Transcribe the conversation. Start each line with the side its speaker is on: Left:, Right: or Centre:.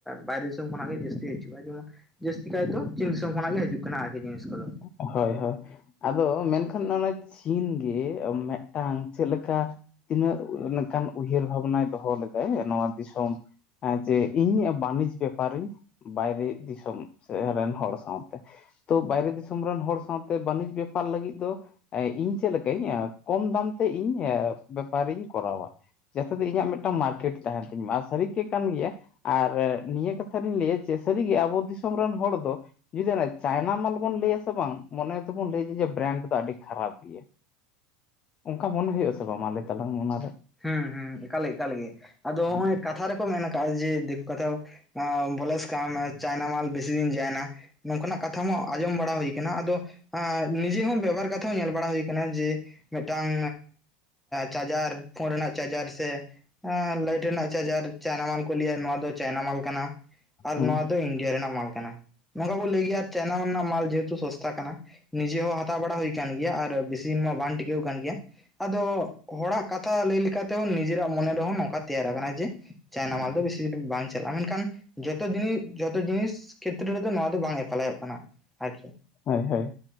Centre: ᱵᱟᱭᱨᱮ ᱫᱤᱥᱚᱢ ᱠᱷᱚᱱᱟᱜ ᱜᱮ ᱡᱟᱹᱥᱛᱤ ᱦᱤᱡᱩᱜᱼᱟ ᱡᱮᱢᱚᱱ ᱡᱟᱹᱥᱛᱤ ᱠᱟᱭ ᱫᱚ ᱪᱤᱱ ᱫᱤᱥᱚᱢ ᱠᱷᱚᱱᱟᱜ ᱜᱮ ᱦᱤᱡᱩᱜ ᱠᱟᱱᱟ ᱟᱨᱠᱤ ᱡᱤᱱᱤᱥ ᱠᱚᱫᱚ ᱾
Left: ᱦᱚᱭ ᱦᱚᱭ ᱾ ᱟᱫᱚ ᱢᱮᱱᱠᱷᱟᱱ ᱱᱚᱜᱚᱭ ᱪᱤᱱ ᱜᱮ ᱢᱤᱫᱴᱟᱝ ᱪᱮᱫ ᱞᱮᱠᱟ ᱛᱤᱱᱟᱹᱜ ᱞᱮᱠᱟᱱ ᱩᱭᱦᱟᱹᱨ ᱵᱷᱟᱵᱱᱟᱭ ᱫᱚᱦᱚ ᱞᱮᱫᱟᱭ ᱱᱚᱣᱟ ᱫᱤᱥᱚᱢ ᱦᱮᱸ ᱡᱮ ᱤᱧ ᱵᱟᱱᱤᱡᱽ ᱵᱮᱯᱟᱨᱤᱧ ᱵᱟᱭᱨᱮ ᱫᱤᱥᱚᱢ ᱥᱮ ᱨᱮᱱ ᱦᱚᱲ ᱥᱟᱶᱛᱮ, ᱛᱚ ᱵᱟᱭᱨᱮ ᱫᱤᱥᱚᱢ ᱫᱤᱥᱚᱢ ᱨᱮᱱ ᱦᱚᱲ ᱥᱟᱶᱛᱮ ᱵᱟᱹᱱᱤᱡᱽ ᱵᱮᱯᱟᱨ ᱞᱟᱹᱜᱤᱫ ᱫᱚ ᱤᱧ ᱪᱮᱫ ᱞᱮᱠᱟᱧ ᱠᱚᱢ ᱫᱟᱢ ᱛᱮ ᱤᱧ ᱵᱮᱯᱟᱨᱤᱧ ᱠᱚᱨᱟᱣᱟ᱾ ᱡᱟᱥᱛᱤ ᱤᱧᱟᱹᱜ ᱢᱤᱫᱴᱟᱝ ᱢᱟᱨᱠᱮᱴ ᱛᱟᱦᱮᱱ ᱛᱤᱧ ᱢᱟ ᱟᱨ ᱥᱟᱹᱨᱤ ᱜᱮ ᱠᱟᱱ ᱜᱮᱭᱟ᱾ ᱟᱨ ᱱᱤᱭᱟᱹ ᱠᱟᱛᱷᱟ ᱞᱤᱧ ᱞᱟᱹᱭᱟ ᱡᱮ ᱥᱟᱹᱨᱤᱜᱮ ᱟᱵᱚ ᱫᱤᱥᱚᱢ ᱨᱮᱱ ᱦᱚᱲ ᱫᱚ ᱡᱩᱫᱤ ᱚᱱᱮ ᱪᱟᱭᱱᱟ ᱢᱟᱞ ᱵᱚᱱ ᱞᱟᱹᱭ ᱟᱥᱮ ᱵᱟᱝ ᱢᱚᱱᱮ ᱛᱮᱵᱚᱱ ᱞᱟᱹᱭᱟ ᱡᱮ ᱵᱮᱨᱮᱱᱰ ᱫᱚ ᱟᱹᱰᱤ ᱠᱷᱟᱨᱟᱯ ᱜᱮᱭᱟ᱾ ᱚᱱᱠᱟ ᱢᱚᱱᱮ ᱦᱩᱭᱩᱜ ᱟᱥᱮ ᱵᱟᱝ ᱢᱟ ᱞᱟᱹᱭ ᱛᱟᱞᱟᱝ ᱢᱮ ᱚᱱᱟᱨᱮ᱾
Centre: ᱦᱩᱸ ᱦᱩᱸ ᱮᱠᱟᱞ ᱮᱠᱟᱞᱜᱮ ᱟᱫᱚ ᱱᱚᱜ-ᱚᱭ ᱠᱟᱛᱷᱟ ᱨᱮᱠᱚ ᱢᱮᱱ ᱟᱠᱟᱜ-ᱟ ᱡᱮ ᱫᱤᱠᱩ ᱠᱟᱛᱷᱟ ᱟᱸ ᱵᱚᱞᱮ ᱪᱟᱭᱱᱟ ᱢᱟᱞ ᱵᱮᱥᱤ ᱫᱤᱱ ᱡᱟᱭᱱᱟ ᱱᱚᱝᱠᱟᱱᱟᱜ ᱠᱟᱛᱷᱟ ᱢᱟ ᱟᱸᱡᱚᱢ ᱵᱟᱲᱟ ᱦᱩᱭ ᱟᱠᱟᱱᱟ, ᱟᱫᱚ ᱱᱤᱡᱮ ᱦᱚᱸ ᱵᱮᱵᱟᱨ ᱠᱟᱛᱮ ᱛᱮ ᱦᱚᱸ ᱧᱮᱞ ᱵᱟᱲᱟ ᱦᱩᱭᱳ ᱟᱠᱟᱱᱟ ᱡᱮ ᱢᱤᱫᱴᱟᱝ ᱪᱟᱨᱡᱟᱨ ᱯᱷᱳᱱ ᱨᱮᱱᱟᱜ ᱪᱟᱨᱡᱟᱨ ᱥᱮ ᱞᱟᱭᱤᱴ ᱨᱮᱱᱟᱜ ᱪᱟᱨᱡᱟᱨ ᱪᱟᱭᱱᱟ ᱢᱟᱞ ᱠᱚ ᱞᱟᱹᱭᱟ ᱱᱚᱣᱟ ᱫᱚ ᱪᱟᱭᱱᱟ ᱢᱟᱞ ᱠᱟᱱᱟ᱾ ᱟᱨ
Left: ᱦᱩᱸ
Centre: ᱱᱚᱣᱟ ᱫᱚ ᱤᱱᱰᱤᱭᱟ ᱨᱮᱱᱟᱜ ᱢᱟᱞ ᱠᱟᱱᱟ᱾ ᱱᱚᱝᱠᱟ ᱠᱚ ᱞᱟᱹᱭ ᱜᱮᱭᱟ ᱟᱨ ᱪᱟᱭᱱᱟ ᱨᱮᱱᱟᱜ ᱢᱟᱞ ᱡᱮᱦᱮᱛᱩ ᱥᱚᱥᱛᱟ ᱠᱟᱱᱟ ᱱᱤᱡᱮ ᱦᱚᱸ ᱦᱟᱛᱟᱣ ᱵᱟᱲᱟ ᱦᱩᱭ ᱠᱟᱱ ᱜᱮᱭᱟ, ᱟᱨ ᱵᱤᱥ ᱫᱤᱱ ᱢᱟ ᱵᱟᱝ ᱴᱤᱠᱟᱹᱣ ᱟᱠᱟᱱ ᱜᱮᱭᱟ, ᱟᱫᱚ ᱦᱚᱲᱟᱜ ᱠᱟᱛᱷᱟ ᱞᱟᱹᱭ ᱞᱮᱠᱟ ᱛᱮᱦᱚᱸ ᱱᱤᱡᱮᱨᱟᱜ ᱢᱚᱱᱮ ᱨᱮᱦᱚᱸ ᱱᱚᱝᱠᱟ ᱛᱮᱭᱟᱨ ᱟᱠᱟᱱᱟ ᱡᱮ ᱪᱟᱭᱱᱟ ᱢᱟᱞ ᱫᱚ ᱵᱮᱥᱤ ᱫᱤᱱ ᱵᱟᱝ ᱪᱟᱞᱟᱜ-ᱟ ᱢᱮᱱᱠᱷᱟᱱ ᱡᱚᱛᱚ ᱫᱤᱱᱤᱥ ᱡᱚᱛᱚ ᱡᱤᱱᱤᱥ ᱠᱷᱮᱛᱮᱨᱮ ᱨᱮᱫᱚ ᱱᱚᱣᱟ ᱫᱚ ᱵᱟᱝ ᱮᱯᱞᱟᱭᱚᱜ ᱠᱟᱱᱟ ᱟᱨᱠᱤ᱾
Left: ᱦᱳᱭ ᱦᱳᱭ